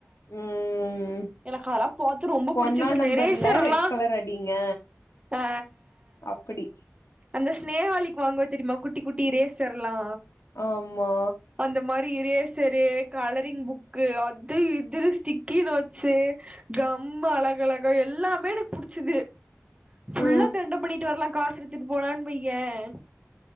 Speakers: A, on the left; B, on the right.
A: ம் ம் ம்
B: எனக்கு அதெல்லா பாத்து ரொம்ப புடிச்சிருச்சு
A: ஒன்னா
B: அந்த
A: நம்பர்ல
B: எரேசர்
A: ரெட்
B: எல்லா
A: கலர் அடிங்க
B: ஆ
A: அப்புடி
B: அந்த ஸ்நேஹாளிக் வாங்வா தெரிமா குட்டி குட்டி ரேஸர் லா
A: ஆம்மா
B: அந்த மாரி இரேசரு கலரிங் புக்கு அது இதுனு ஸ்டிக்கி நோட் ஸு கம்மு அழகழகா எல்லாமே எனக்கு புடிச்சிது ஃபுல்லா
A: ஆ
B: தெண்டம் பண்ணிட்டு வரலா காசு எடுத்துட்டு போனான் வையேன்